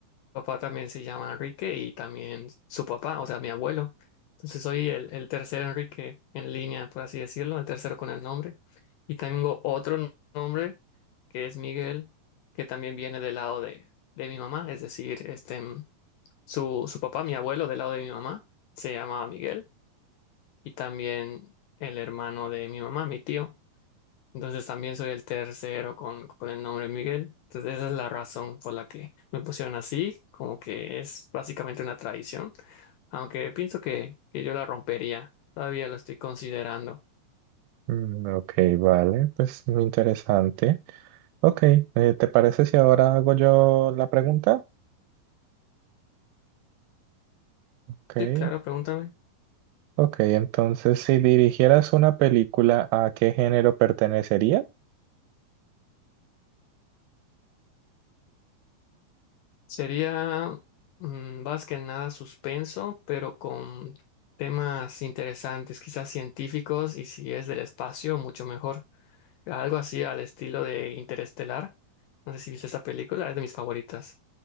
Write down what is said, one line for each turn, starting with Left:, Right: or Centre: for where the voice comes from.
Left: papá también se llama Enrique y también su papá, o sea, mi abuelo. Entonces soy el, el tercer Enrique en línea, por así decirlo, el tercero con el nombre. Y tengo otro nombre que es Miguel, que también viene del lado de, de mi mamá, es decir, este, mm, su, su papá, mi abuelo del lado de mi mamá, se llamaba Miguel y también el hermano de mi mamá, mi tío. Entonces también soy el tercero con, con el nombre Miguel. Entonces esa es la razón por la que me pusieron así, como que es básicamente una tradición, aunque pienso que, que yo la rompería, todavía lo estoy considerando.
Right: Mm, ok, vale, pues interesante. Ok, eh, ¿te parece si ahora hago yo la pregunta? Ok,
Left: Sí, claro, pregúntame.
Right: ok, entonces si dirigieras una película, ¿a qué género pertenecería?
Left: Sería mm, más que nada suspenso, pero con temas interesantes, quizás científicos, y si es del espacio, mucho mejor. Algo así al estilo de Interestelar. No sé si viste esa película, es de mis favoritas.